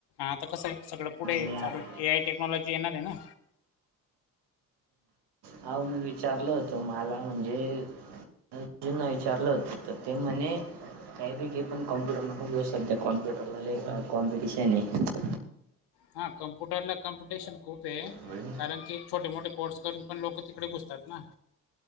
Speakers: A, on the left; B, on the right.
A: आता कसं आहे सगळं पुढे
B: मी
A: चालून
B: आत
A: ए आय टेक्नॉलॉजी येणार आहे ना.
B: हा मी विचारलं होतं मला म्हणजे <unintelligible> विचारलं होत तर ते म्हणे काहीपैकी हे पण कॉमपुटर नको <unintelligible> खूप शब कॉम्प्युटरला कॉम्पिटिशन आहे‌.
A: हा कम्प्युटरला कॉम्पिटिशन खूप आहे.
B: होय
A: कारण की छोटे-मोठे कोर्स करून पण लोक तिकडे घुसतात ना.